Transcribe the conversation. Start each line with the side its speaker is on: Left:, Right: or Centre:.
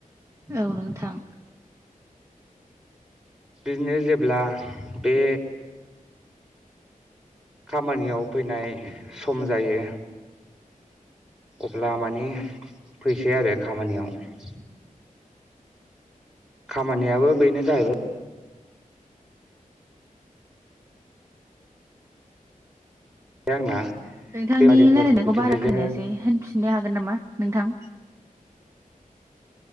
Right: औ नोंथां
Centre: बिदिनो जेब्ला बे खामानियाव फैनाय सम जायो अब्ला मानि फैसै आरो खामानियाव खामानियाबो बेनो जाहैबाय आंना
Right: नोंथांनि
Centre: बेफारिफोरखौ
Right: रायलायनायखौ
Centre: बिदिनो
Right: बारा
Centre: बिदिनो
Right: खोनायासै होनफिननो हागोन नामा नोंथां?